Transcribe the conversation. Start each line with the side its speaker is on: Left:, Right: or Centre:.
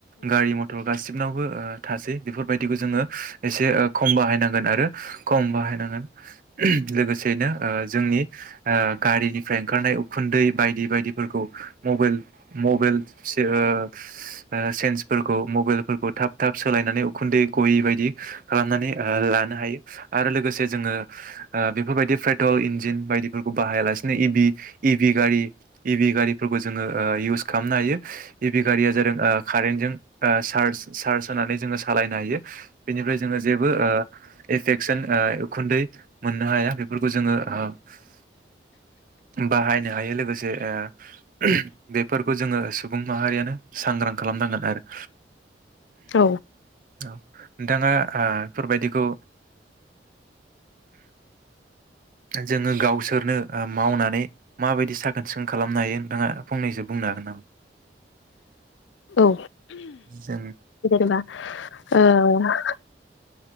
Right: गारि मटर गासि गोबांनावबो थासै बेफोर बादिखौ जोंङो एसे खम बाहायनांगोन आरो खम बाहायनांगोन। लोगोसेनो‌ ओ जोंनि ओ गारिनिफ्राय ओंखारनाय उखुन्दै बायदि बायदिफोरखौ मबेल मबेल ओ ओ सेन्सफोरखौ मबेलफो फोरखौ थाब थाब सोलायनानै उखुन्दै गयि बायदि खालामनानै ओ लानो हायो। आरो लोगोसे जोङो ओ बेफोरबायदिनिफ्रायथ' इन्जिन बायदिफोरखौ बाहाया लासिनो इ भि इ भि गारि इ भि गारिफोरखौ जोङो ओ इउस खालामनो हायो। बि गारिया जादों कारेनजों ओ चार्ज चार्ज होनानै जोङो सालायनो हायो। बेनिफ्राय जोङो जेबो ओ एफेकसन ओ उखुन्दै मोननो हाया बेफोरखौ जोङो ओ बाहायनो हायो लोगोसे ओ बेफोरखौ जोङो सुबुं माहारियानो सांग्रां खालामनांगोन आरो।
Left: औ।
Right: औ नोंथाङा ओ बेफोरबायदिखौ जोङो गावसोरनो ओ मावनानै माबायदि साखोन सिखोन खालामनो हायो नोंथाङा फंनैसो बुंनो हागोन नामा?
Left: औ
Right: जों
Left: जेनेबा औ।